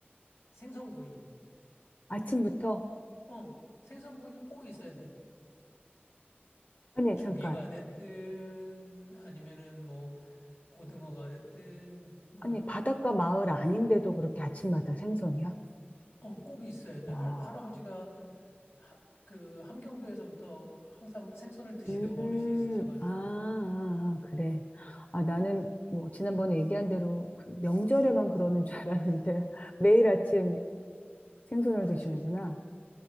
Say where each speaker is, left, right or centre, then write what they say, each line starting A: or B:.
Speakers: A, on the left (about 85°); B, on the left (about 40°).
A: 생선구이.
B: 아침부터?
A: 어, 생선구이가 꼭 있어야 돼.
B: 아니,
A: 조기가
B: 잠깐.
A: 됐든 아니면은 뭐 고등어가 됐든 뭐
B: 아니, 바닷가 마을 아닌데도 그렇게 아침마다 생선이야?
A: 어, 꼭 있어야 돼.
B: 와.
A: 할, 할아버지가 하, 그 함경도에서부터 항상 생선을 드시던
B: 음,
A: 버릇이 있으셔가지고
B: 아, 아, 아, 그래. 아, 나는 뭐 지난번에 얘기한 대로 그 명절에만 그러는 줄 알았는데 <laughs> 매일 아침 생선을
A: 그렇지.
B: 드시는구나.